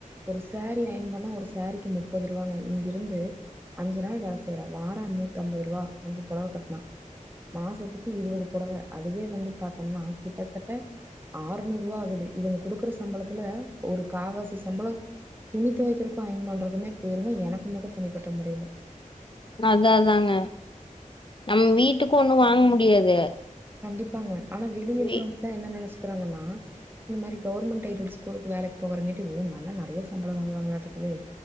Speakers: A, on the right (about 15°); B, on the left (about 40°).
A: ஒரு சேரீ அயன் பண்ணா ஒரு சேரீக்கு முப்பது ரூவாங்க இங்கிருந்து அஞ்சு நாள் வேல செய்யறா வாரோ நூத்தம்பதுருவா அஞ்சு புடவ கட்னா மாசத்துக்கு இருவது புடவ அதுவே வந்து பாத்தோனா கிட்டத்தட்ட ஆறுநூ ரூபாகுது இவங்க குடுக்குற சம்பளத்துல ஒரு காவாசி சம்பளோ துணி துவைக்கறக்கு அயன் பண்றக்குமே போயிருங்க எனக்கு மட்டு தனிப்பட்ட மொறையில
B: அதாதாங்க நம்ம வீட்டுக்கு ஒண்ணு வாங்க முடியாது
A: கண்டிப்பாங்க ஆனா வெளிய இருக்கிறவங்கல
B: வீ-
A: என்ன நெனச்சிக்கறாங்கன்னா இந்த மாரி கவர்மெண்ட் எய்டடு ஸ்கூலுக்கு வேலைக்கு போறங்காட்டி ஓ நல்ல நெறைய சம்பளோ வாங்குவங்களாட்ருக்குதே